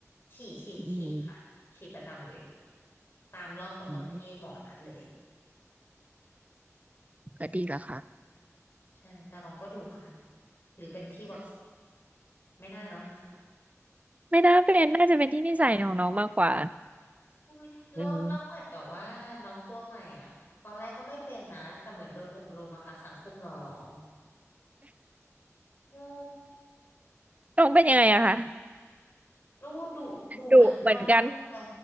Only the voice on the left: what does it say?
ฉีดฉีดฉีดค่ะฉีดประจำเลย
ตามรอบกำหนดที่หมอนัดเลย
อืม
ใช่แต่น้องก็ดูค่ะหรือเป็นที่วัคซีนไม่น่าเนาะ
อุ้ยแล้วแล้วเหมือนกับว่าน้องตัวใหม่อ่ะตอนแรกก็ไม่เป็นนะแต่เหมือนโดนอบรมอะค่ะสังคมหล่อหลอม
โอ้
ดูดูดูเหมือนตัวนั้นเลยค่ะ